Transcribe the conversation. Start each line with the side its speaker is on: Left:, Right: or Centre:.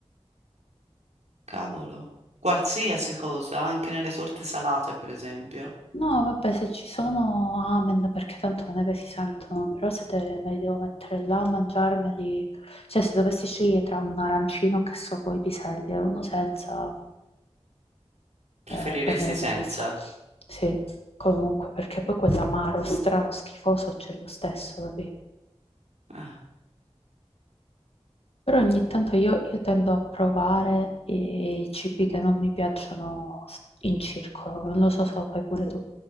Right: cavolo, qualsiasi cosa, anche nelle torte salate, per esempio.
Left: No, vabbè, se ci sono, amen, perché tanto non è che si sentono, però se te- me li devo mettere là a mangiarmeli, cioè se dovessi scegliere tra un arancino che so coi piselli e uno senza,
Right: Preferiresti
Left: eh, prendere
Right: senza?
Left: quello s- Sì, comunque, perché poi quell'amaro strano, schifoso c'è lo stesso, capì?
Right: Ah,
Left: Però ogni tanto io, io tendo a provare i cibi che non mi piacciono s- in circolo, non lo so se lo fai pure tu,